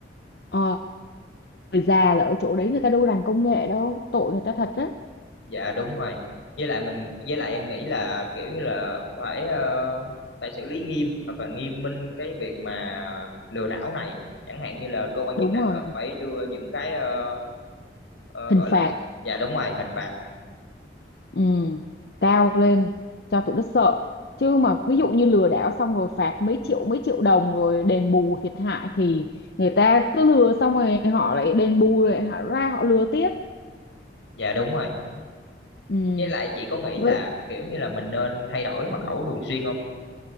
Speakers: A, on the left; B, on the left.
A: Ờ, người già là ở chỗ đấy người ta đâu rành công nghệ đâu, tội người ta thật đấy.
B: dạ đúng rồi với lại mình với lại em nghĩ là kiểu như là phải ờ, phải xử lý nghiêm hoặc là nghiêm minh cái việc mà lừa đảo này chẳng hạn như là cơ quan
A: Đúng
B: chức năng
A: rồi,
B: cần phải đưa những cái ờ, ờ,
A: hình
B: gọi
A: phạt.
B: là dạ đúng rồi hình phạt
A: ừ, cao lên cho tụi nó sợ chứ mà ví dụ như lừa đảo xong rồi phạt mấy triệu mấy triệu đồng rồi đền bù thiệt hại thì người ta cứ lừa xong rồi họ lại đền bù rồi họ ra họ lừa tiếp
B: dạ đúng rồi
A: ừ.
B: với lại chị có nghĩ
A: Vậy
B: là kiểu như là mình nên thay đổi mật khẩu thường xuyên không